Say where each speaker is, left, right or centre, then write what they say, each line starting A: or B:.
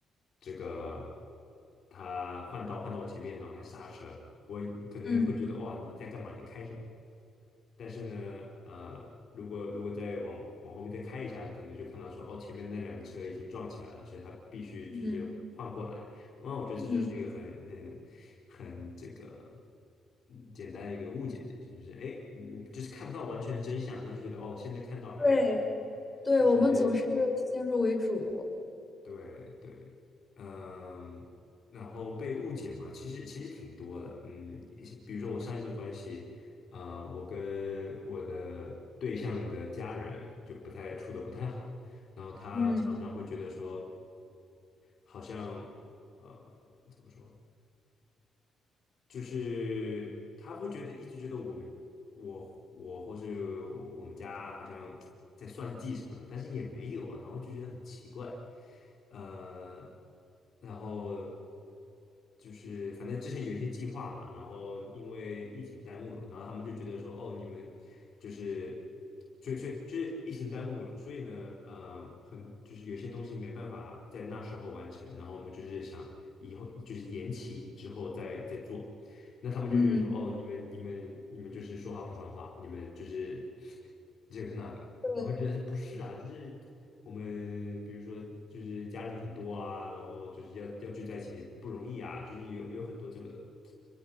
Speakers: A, on the left; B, on the left.
A: 这个他换道换到我前面，然后还刹车，我可能会觉得哇你在干嘛？
B: 嗯。
A: 你在开什么？但是呢，呃，如果如果再往往后面再开一下，可能就看到说，哦，前面那两个车已经撞起来了，所以他必须就是换过来。
B: 嗯
A: 那我觉得这就是一个很很很这个
B: 嗯，
A: 嗯简单的一个误解的，就是哎，嗯，嗯就是看不到完全的真相，那就觉得哦，现在看到好像就是
B: 对对，
A: 就是
B: 我们总是先入为主。
A: 对对，嗯，然后被误解嘛，其实其实挺多的，嗯，也是比如说我上一段关系，呃，我跟我的对象的家人就不太处的不太好，然后他嗯常常会觉得说，
B: 嗯
A: 好像呃怎么说？就是他会觉得一直觉得我们我我或是我们家好像在算计什么的，但是也没有啊，然后就觉得很奇怪，呃，然后就是反正之前有一些计划嘛，然后因为疫情耽误了，然后他们就觉得说哦你们就是所以所以就是疫情耽误了，所以呢呃很就是有些东西没办法在那时候完成，然后我们就是想以后就是延期之后再再做。那他们就觉得说，
B: 嗯，
A: 哦，你们你们你们就是说话不算话，你们就是 <laughs> 这个那个，
B: 对
A: 然后觉得是不是啊？就是我们比如说就是家人很多啊，然后就是要要聚在一起不容易啊，就是有有很多这个